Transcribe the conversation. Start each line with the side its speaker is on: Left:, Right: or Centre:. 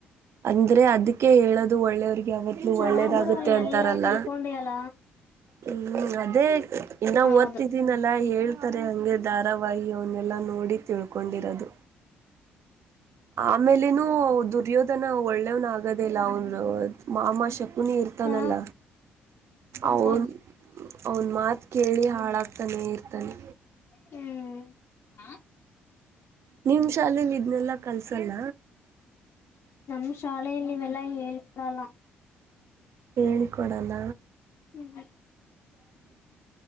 Right: ಅಂದ್ರೆ ಅದಕ್ಕೆ ಹೇಳದು ಒಳ್ಳೆಯವ್ರಿಗೆ ಯಾವತ್ಲೂ
Left: ಚೆನ್ನಾಗ್
Right: ಒಳ್ಳೇದಾಗುತ್ತೆ
Left: ಬಿಡು ನೀನ್
Right: ಅಂತಾರಲ್ಲ
Left: ಎಲ್ಲಾ ತಿಳ್ಕೊಂಡಿಯಲ್ಲ
Right: ಹ್ಮ್ ಅದೇ ಇನ
Left: ಹೌದು
Right: ಓದ್ತಿದೀನಲ್ಲಾ ಹೇಳ ಆದತರೆ ಹಂಗೆ ಧಾರಾವಾಹಿ ಅವನ್ನೆಲ್ಲಾ ನೋಡಿ ತಿಳ್ಕೊಂಡಿರೋದು ಆಮೇಲನುೂ ದುರ್ಯೋಧನ ಒಳ್ಳೆವ್ನ ಆಗೋದೇ ಇಲ್ಲ ಅವ್ನು ಮಾಮಾ ಶಕ್ ನೀ ಇರ್ತಾನಲ್ಲ
Left: ಚೆನ್ನಾಗ್ ತಿಳ್ಕೊ
Right: ಅವನ್ ಅವ್ನ ಮಾತು ಕೇಳಿ ಹಾಳಾಗಕ್ತ ಇರ್ತಾನೇ ಇರ್ತಾನೆ
Left: ಹ್ಮ ಹ
Right: ನಿಮ್ ಶಾಲೆಲಿ ಇದ್ನೆಲ್ಲಾ ಕಲ್ಸಲ್ಲ
Left: ನಮ್ಮ್ ಶಾಲೇಲಿ ಇವೆಲ್ಲಾ ಹೇಳ್ಕೊಡಲ್ಲ
Right: ಹೇಳಿಕೊಡಲ್ಲ
Left: ಹ್ಮ್